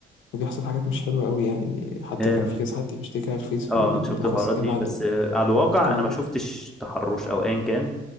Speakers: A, on the left; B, in the centre.
A: بيحصل حاجات مش حلوة أوي يعني، حتى
B: أم،
A: كان في كذا حد بيشتكي على الفيس في
B: اه
A: من
B: انا شفت
A: بالأخص
B: الحوارات
A: الجامعة
B: دي
A: ال
B: بس آه، على الواقع
A: الكل
B: انا ما شفتش تحرش او ايا كان